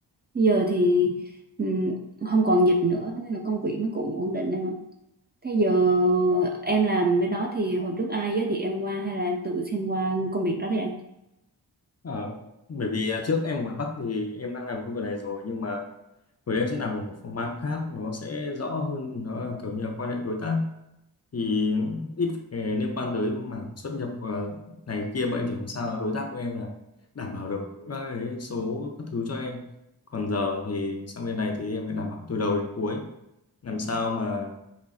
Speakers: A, on the right; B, on the left.
A: Bây giờ thì ừm, không còn dịch nữa nên là công việc nó cũng ổn định em ạ. Thế giờ em làm bên đó thì hồi trước ai giới thiệu em qua hay là em tự xin qua công việc đó đấy anh?
B: Ờ, bởi vì à, trước em ở ngoài Bắc thì em đang làm công việc này rồi nhưng mà của em sẽ làm ở một phòng ban khác nó sẽ rõ hơn nó là kiểu như là quan hệ đối tác thì ít phải liên quan tới mảng xuất nhập và này kia bọn em chỉ làm sao đối tác của em là đảm bảo được các cái số các thứ cho em còn giờ thì sang bên này thì em phải đảm bảo từ đầu đến cuối làm sao mà